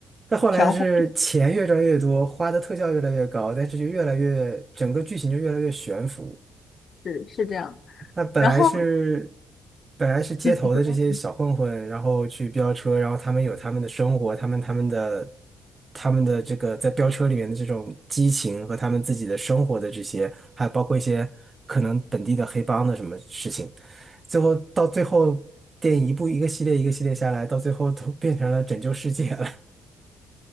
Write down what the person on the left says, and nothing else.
玄乎，
是是这样，
然后
嗯。你说